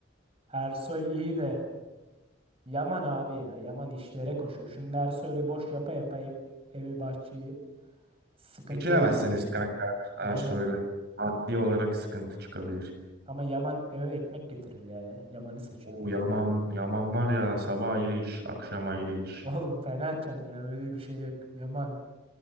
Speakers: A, on the right; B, on the right.
A: Ersoy iyi de. Yaman abi ya. Yaman işlere koşuyor. Şimdi Ersoy öyle boş yapa yapa ev, evi bahçeyi sıkıntıya
B: Geçinemezsiniz
A: girer yani.
B: kanka
A: Aynen.
B: Ersoy'la. Maddi olarak sıkıntı çıkabilir.
A: Ama Yaman eve ekmek getirir ya. Yaman'ı seçiyorum.
B: O Yaman Yaman var ya sabah ayrı iş, akşam ayrı
A: <laughs>
B: iş.
A: Oğlum fena açar ya. Böyle bir şey yok. Yaman.